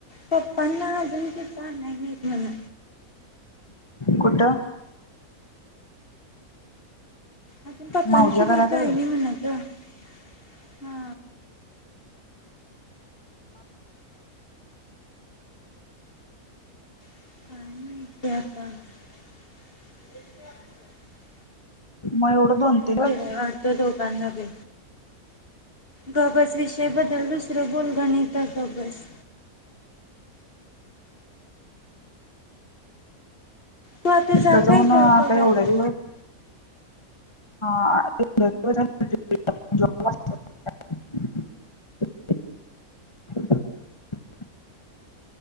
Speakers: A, on the left (about 40°); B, on the left (about 20°).
A: पप्पा न्ना अजून काय सांगाय नाही मला
B: कुठ
A: अजप कची
B: मावज्या घराजवळ
A: वटला इन म्ह नाच <unintelligible> हा काय नाय
B: मग एवढं दोन
A: त्याना
B: तीन दिवस
A: जेवाय वाढतें दोगांना बी गबस विषयबद्दल दुसरं बोल गणित गबस तू आता जा
B: त्याचऊ
A: काय
B: ना
A: जॉब बघायला
B: आता एवढ्या दिवस हा <unintelligible>